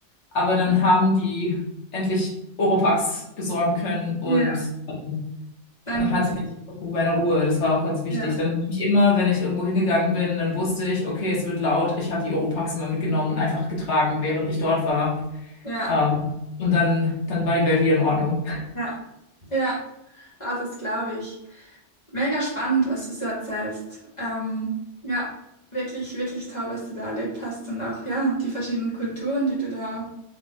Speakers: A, on the left; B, on the left.
A: Aber dann
B: ja,
A: haben die endlich Oropax besorgen können und
B: ja,
A: ähm,
B: danke.
A: dann hatte ich irgendwo meine Ruhe. Das war auch ganz wichtig.
B: Ja,
A: Dann habe ich immer, wenn ich irgendwo hingegangen bin, dann wusste ich, okay, es wird laut. Ich habe die Oropax immer mitgenommen und einfach getragen, während ich dort war.
B: ja,
A: Ähm, und dann, dann war die Welt hier in Ordnung.
B: ja, ja, ah, das glaube ich. Mega spannend, was du so erzählst. Ähm, ja, wirklich, wirklich toll, was du da erlebt hast und auch, ja, die verschiedenen Kulturen, die du da,